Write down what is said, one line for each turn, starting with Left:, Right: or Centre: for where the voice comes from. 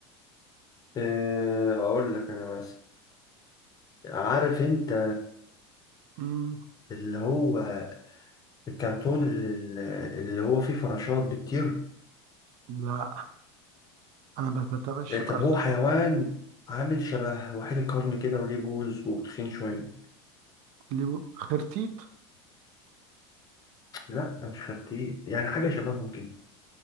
Left: آه، اقول لك انا بس عارف انت
Right: مم.
Left: اللي هو الكرتون اللي اللي هو فيه فراشات بتطير
Right: لا انا ما بتابعش
Left: آه، طب
Right: كرتون
Left: هو حيوان عامل شبه وحيد القرن كده وليه بوز وتخين شوية
Right: ليه؟ خرتيت
Left: لا مش خرتيت يعني حاجة شبههم كده